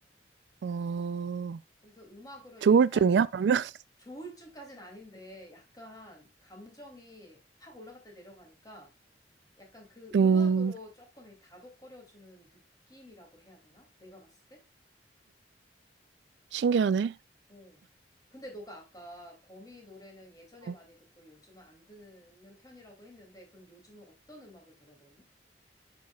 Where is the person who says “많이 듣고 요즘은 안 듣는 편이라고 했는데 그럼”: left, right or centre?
Left